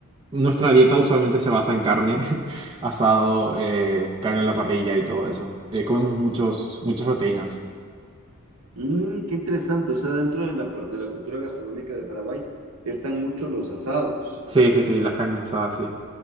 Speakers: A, on the right; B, on the right.
A: nuestra dieta usualmente se basa en carne, <laughs> asado, eh, carne en la parrilla y todo eso. Eh, comemos muchos, muchas proteínas.
B: Mm, qué interesante, o sea, dentro de la, de la cultura gastronómica de Paraguay están muchos los asados.
A: Sí, sí, sí, las carnes asadas, sí.